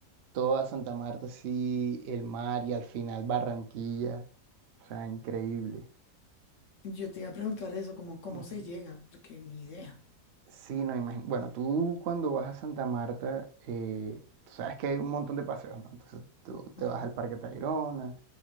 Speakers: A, on the right (about 80°); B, on the left (about 65°).
A: toda Santa Marta así, el mar y al final Barranquilla. O sea, increíble.
B: Yo te iba a preguntar eso, como cómo
A: Ujú.
B: se llega, porque ni idea.
A: Sí, no imagino. Bueno, tú cuando vas a Santa Marta, eh, tú sabes que hay un montón de paseos, ¿no? Entonces tú te
B: Ujú,
A: vas al Parque Tayrona,